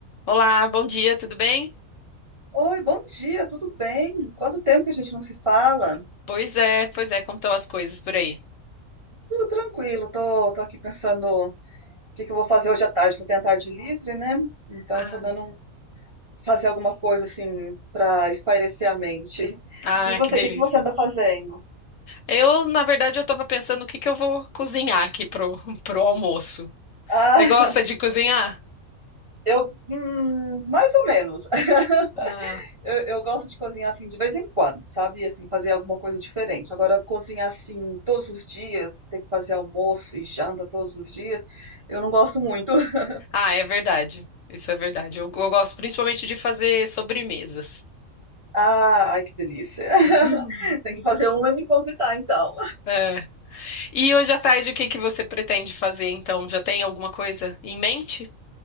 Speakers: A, on the left; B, on the right.
A: Olá, bom dia, tudo bem?
B: Oi, bom dia, tudo bem? Quanto tempo que a gente não se fala?
A: Pois é, pois é, como estão as coisas por aí?
B: Tudo tranquilo, tô, tô aqui pensando o que que eu vou fazer hoje à tarde, que eu tenho a tarde livre, né? Então
A: Ah,
B: eu tô dando um, fazer alguma coisa assim para espairecer a mente. <laughs>
A: ah,
B: E você,
A: que delícia.
B: o que que você anda fazendo?
A: Eu, na verdade, eu tava pensando o que que eu vou cozinhar aqui pro, <laughs> pro almoço.
B: Ah,
A: Você gosta
B: <laughs>
A: de cozinhar?
B: eu, hum, mais ou menos. <laughs>
A: Ah,
B: Eu, eu gosto de cozinhar assim de vez em quando, sabe? Assim, fazer alguma coisa diferente. Agora, cozinhar assim todos os dias, ter que fazer almoço e janta todos os dias, eu não gosto muito. <laughs>
A: ah, é verdade. Isso é verdade. Eu, eu gosto principalmente de fazer sobremesas.
B: Ah, ai que delícia. <laughs>
A: Hum.
B: Tem que fazer uma e me convidar, então.
A: É. E hoje à tarde, o que que você pretende fazer, então? Já tem alguma coisa em mente?